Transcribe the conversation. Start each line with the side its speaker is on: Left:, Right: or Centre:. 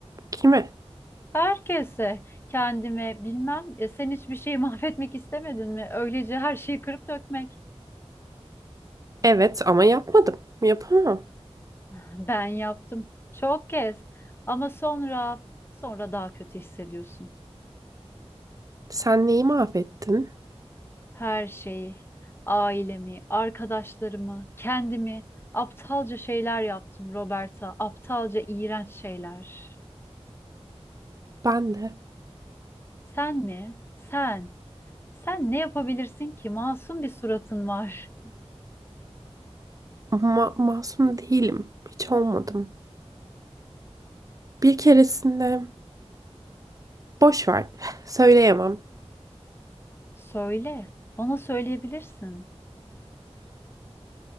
Right: Kime?
Left: Herkese, kendime bilmem. Ya sen hiçbir şeyi <laughs> mahvetmek istemedin mi? Öylece her şeyi kırıp dökmek.
Right: Evet ama yapmadım. Yapamam.
Left: <sighs> Ben yaptım. Çok kez. Ama sonra, sonra daha kötü hissediyorsun.
Right: Sen neyi mahvettin?
Left: Her şeyi, ailemi, arkadaşlarımı, kendimi. Aptalca şeyler yaptım Roberta. Aptalca, iğrenç şeyler.
Right: Ben de.
Left: Sen mi? Sen. Sen ne yapabilirsin ki? Masum bir suratın var.
Right: Ma masum değilim. Hiç olmadım. Bir keresinde... Boş ver. <sighs> Söyleyemem.
Left: Söyle. Bana söyleyebilirsin.